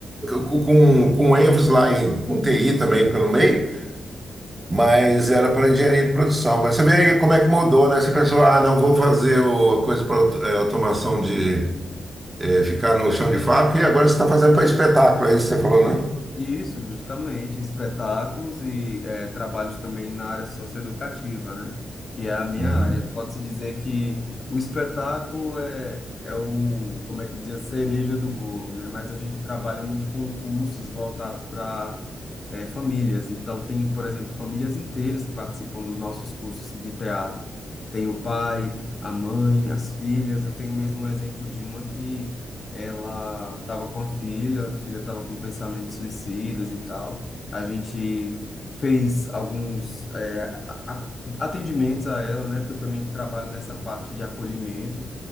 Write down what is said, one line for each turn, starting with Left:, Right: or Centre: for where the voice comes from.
Right: com, com, ênfase lá em com TI também pelo meio. Mas era para engenharia de produção. Mas você vê aí como é que mudou, né? Essa pessoa, ah, não vou fazer o, coisa para automação de, é, ficar no chão de fábrica e agora você está fazendo para espetáculo, é isso que você falou, né?
Left: Isso, justamente, espetáculos e eh, trabalhos também na área socioeducativa, né? Que é a minha
Right: Uhum.
Left: área. Pode-se dizer que o espetáculo é, é o, como é que diz, a cereja do bolo, né? Mas a gente trabalha muito com cursos voltados para famílias. Então, tem, por exemplo, famílias inteiras que participam dos nossos cursos de teatro. Tem o pai, a mãe, as filhas. Eu tenho mesmo um exemplo de uma que ela estava com a filha, a filha estava com pensamentos suicidas e tal. A gente fez alguns é, a- a- atendimentos a ela, né? Porque eu também trabalho nessa parte de acolhimento